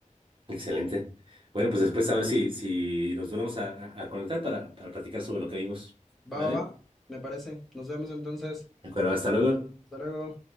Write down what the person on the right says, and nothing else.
Excelente. Bueno, pues después a ver si, si nos volvemos a, a- a conectar para, para platicar sobre lo que vimos.
¿Vale?
De acuerdo, hasta luego.